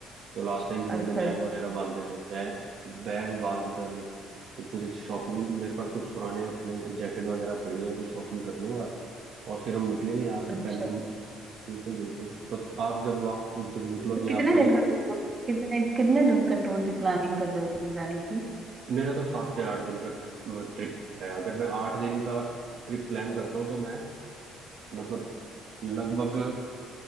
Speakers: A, on the right; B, on the right.
A: तो लास्ट टाइम भी मैंने
B: अच्छा
A: बैग वगैरह बांधे थे बैग बैग बांध कर फिर कुछ शॉपिंग मेरे पास कुछ पुराने अपने जैकेट वगैरह पड़ी हैं कुछ शॉपिंग कर लूंगा और फिर हम निकलेंगे यहाँ से
B: अच्छा
A: पहले बिल्कुल बिल्कुल तो आप जब वहाँ जब निकलोगे
B: तो कितने
A: आप पहले
B: दिन का टूर कितने कितने दिन का टूर की प्लानिंग कर रहे हो तुम जाने की
A: मेरा तो सात से आठ दिन का ट्रिप है अगर मैं आठ दिन का ट्रिप प्लान करता हूँ तो मैं मतलब लगभग